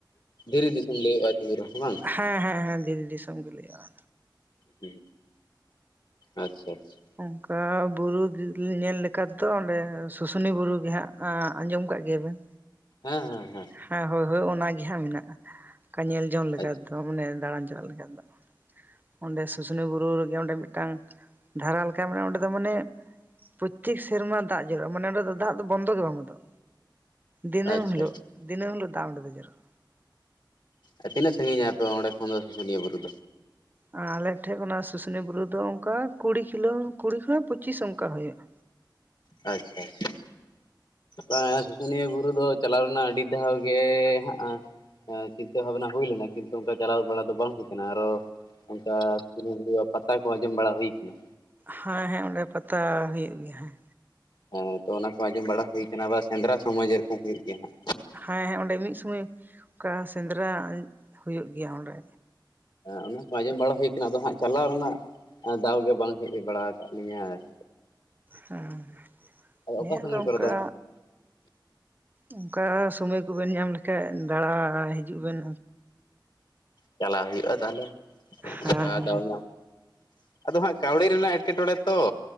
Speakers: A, on the left; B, on the right.
A: ᱫᱷᱤᱨᱤ ᱫᱤᱥᱚᱢ ᱞᱟᱹᱭᱚᱜᱼᱟ <unintelligible> ᱫᱚ ᱵᱟᱝ᱾
B: ᱦᱮᱸ ᱦᱮᱸ ᱦᱮᱸ ᱫᱤᱨᱤ ᱫᱤᱥᱚᱢ ᱜᱮ ᱞᱟᱹᱭᱚᱜᱼᱟ᱾
A: ᱦᱩᱸ ᱟᱪᱪᱷᱟ ᱟᱪᱷᱟ᱾
B: ᱚᱱᱠᱟ ᱵᱩᱨᱩ ᱧᱮᱞ ᱞᱮᱠᱟ ᱛᱚ ᱚᱸᱰᱮ ᱥᱩᱥᱩᱱᱤ ᱵᱩᱨᱩ ᱜᱮ ᱦᱟᱸᱜ ᱟᱸᱡᱚᱢ ᱟᱠᱟᱜ ᱜᱮᱭᱟᱵᱮᱱ᱾
A: ᱦᱮᱸ ᱦᱮᱸ ᱦᱮᱸ᱾
B: ᱦᱮᱸ ᱦᱳᱭ ᱦᱳᱭ ᱚᱱᱟᱱᱟᱜᱮ ᱦᱟᱸᱜ ᱢᱮᱱᱟᱜᱼᱟ᱾ ᱚᱱᱠᱟ ᱧᱮᱞ ᱡᱚᱝ ᱞᱮᱠᱟ
A: ᱟᱪᱪᱷᱟ
B: ᱫᱚ ᱢᱟᱱᱮ ᱫᱟᱬᱟᱱ ᱪᱟᱞᱟᱜ ᱞᱮᱠᱟ ᱫᱚ᱾ ᱚᱸᱰᱮ ᱥᱩᱥᱩᱱᱤ ᱵᱩᱨᱩ ᱨᱮᱜᱮ ᱚᱸᱰᱮ ᱢᱤᱫᱴᱟᱝ ᱫᱷᱟᱨᱟ ᱞᱮᱠᱟ ᱢᱮᱱᱟᱜᱼᱟ ᱚᱸᱰᱮ ᱫᱚ ᱢᱟᱱᱮ ᱯᱨᱚᱛᱛᱮᱠ ᱥᱮᱨᱢᱟ ᱫᱟᱜ ᱡᱚᱨᱚᱜᱼᱟ ᱢᱟᱱᱮ ᱚᱸᱰᱮ ᱫᱚ ᱫᱟᱜ ᱫᱚ ᱵᱚᱱᱫᱚ ᱜᱮ ᱵᱟᱝ ᱵᱚᱱᱫᱚᱜᱼᱟ᱾ ᱫᱤᱱᱟᱹᱢ
A: ᱟᱪᱪᱷᱟ
B: ᱦᱤᱞᱚᱜ
A: ᱟᱪᱪᱷᱟ
B: ᱫᱤᱱᱟᱹᱢ ᱦᱤᱞᱚᱜ ᱫᱟᱜ ᱚᱸᱰᱮ ᱫᱚ ᱡᱚᱨᱚᱜᱼᱟ᱾
A: ᱟᱨ ᱛᱤᱱᱟᱹᱜ ᱥᱟᱺᱜᱤᱧᱟ ᱟᱯᱮ ᱚᱸᱰᱮ ᱠᱷᱚᱱ ᱫᱚ ᱥᱩᱥᱩᱱᱤᱭᱟᱹ ᱵᱩᱨᱩ ᱫᱚ?
B: ᱟᱨ ᱟᱞᱮᱴᱷᱮᱜ ᱠᱷᱚᱱᱟᱜ ᱥᱩᱥᱩᱱᱤᱭᱟᱹ ᱵᱩᱨᱩ ᱫᱚ ᱚᱱᱠᱟ ᱠᱩᱲᱤ ᱠᱤᱞᱳ ᱠᱩᱲᱤ ᱠᱷᱚᱱᱟᱜ ᱯᱩᱪᱤᱥ ᱚᱱᱠᱟ ᱦᱩᱭᱩᱜᱼᱟ᱾
A: ᱟᱪᱪᱷᱟ ᱟᱪᱪᱷᱟ᱾ ᱦᱮᱸ ᱥᱩᱥᱩᱱᱤᱭᱟᱹ ᱵᱩᱨᱩ ᱫᱚ ᱪᱟᱞᱟᱣ ᱞᱮᱱᱟ ᱟᱹᱰᱤ ᱫᱷᱟᱣ ᱜᱮ ᱦᱟᱸᱜ ᱟ ᱪᱤᱱᱛᱟᱹ ᱵᱷᱟᱵᱱᱟ ᱠᱚ ᱦᱩᱭ ᱞᱮᱱᱟ ᱠᱤᱱᱛᱩ ᱚᱱᱠᱟ ᱪᱟᱞᱟᱣ ᱵᱟᱲᱟ ᱫᱚ ᱵᱟᱝ ᱦᱩᱭ ᱠᱟᱱᱟ ᱟᱨᱚ ᱚᱱᱠᱟ ᱪᱤᱱᱟᱵᱟᱨᱭᱳ ᱯᱟᱛᱟ ᱠᱚ ᱟᱸᱡᱚᱢ ᱵᱟᱲᱟ ᱦᱳᱭ ᱠᱟᱱᱟ᱾
B: ᱦᱟᱸ ᱦᱮᱸ ᱚᱸᱰᱮ ᱯᱟᱛᱟ ᱦᱩᱭᱩᱜ ᱜᱮᱭᱟ ᱦᱮᱸ
A: ᱦᱮᱸ ᱛᱚ ᱚᱱᱟ ᱠᱚ ᱟᱸᱡᱚ ᱵᱟᱲᱟ ᱦᱳᱭ ᱠᱟᱱᱟ ᱵᱟ ᱥᱮᱸᱱᱫᱨᱟ ᱥᱚᱢᱚᱭ ᱡᱮᱨᱚᱠᱚᱢ ᱦᱩᱭᱩᱜ ᱜᱮᱭᱟ ᱦᱟᱸᱜ
B: ᱦᱮᱸ ᱦᱮᱸ ᱚᱸᱰᱮ ᱢᱤᱫ ᱥᱳᱢᱚᱭ ᱚᱱᱠᱟ ᱥᱮᱸᱱᱫᱨᱟ ᱦᱩᱭᱩᱜ ᱜᱮᱭᱟ ᱚᱸᱰᱮ
A: ᱚᱱᱟ ᱠᱚ ᱟᱸᱡᱚᱢ ᱵᱟᱲᱟ ᱦᱩᱭ ᱠᱟᱱᱟ ᱟᱫᱚ ᱦᱟᱜ ᱪᱟᱞᱟᱣ ᱨᱮᱱᱟᱜ ᱫᱟᱣ ᱜᱮ ᱵᱟᱝ ᱦᱮᱡ ᱵᱟᱲᱟ ᱟᱠᱟᱫ ᱞᱤᱧᱟᱹ ᱟᱨ
B: ᱦᱮᱸ
A: ᱚᱠᱟ
B: ᱱᱮᱜ
A: ᱥᱚᱢᱚᱭ
B: ᱱᱚᱝᱠᱟ
A: ᱠᱚᱨᱮ ᱫᱚ ᱚᱱᱟ ᱫᱚ
B: ᱚᱱᱠᱟ ᱥᱚᱢᱚᱭ ᱠᱚᱵᱮᱱ ᱧᱟᱢ ᱞᱮᱠᱷᱟᱡ ᱫᱟᱬᱟ ᱦᱤᱡᱩᱜ ᱵᱮᱱ
A: ᱪᱟᱞᱟᱣ ᱦᱩᱭᱩᱜᱼᱟ ᱛᱟᱦᱚᱞᱮ
B: ᱦᱮᱸ
A: ᱪᱮᱠᱟᱭ
B: ᱦᱮᱸ
A: ᱫᱷᱟᱣ ᱧᱟᱢ ᱟᱫᱚ ᱦᱟᱸᱜ ᱠᱟᱹᱣᱰᱤ ᱨᱮᱱᱟᱜ ᱮᱴᱠᱮᱴᱚᱬᱮ ᱛᱚ